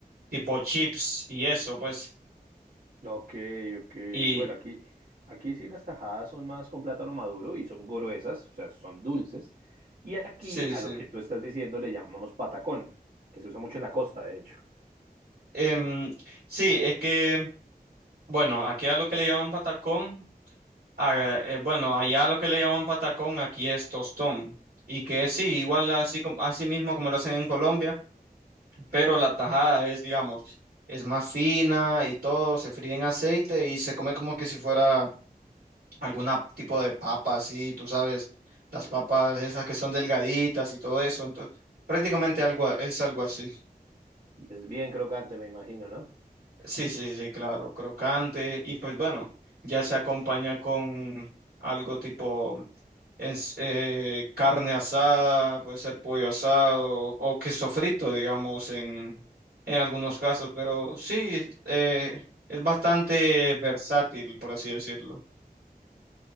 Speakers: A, on the right; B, on the right.
A: tipo chips y eso, pues.
B: Ok, ok.
A: Y
B: Bueno, aquí, aquí sí las tajadas son más con plátano maduro y son gruesas, o sea, son dulces. Y aquí
A: sí,
B: a
A: sí.
B: lo que tú estás diciendo le llamamos patacón, que se usa mucho en la costa, de hecho.
A: Em, sí, es que bueno, aquí a lo que le llaman patacón, a- eh, bueno, allá a lo que le llaman patacón, aquí es tostón. Y que sí, igual así como así mismo como lo hacen en Colombia, pero la tajada es, digamos, es más fina y todo, se fríe en aceite y se come como que si fuera algún tipo de papa así, tú sabes, las papas esas que son delgaditas y todo eso, entonces prácticamente algo a- es algo así.
B: Y es bien crocante, me imagino, ¿no?
A: Sí, sí, sí, claro, crocante y pues bueno, ya se acompaña con algo tipo ens- eh, carne asada, puede ser pollo asado o queso frito, digamos, en, en algunos casos, pero sí, eh, es bastante versátil, por así decirlo.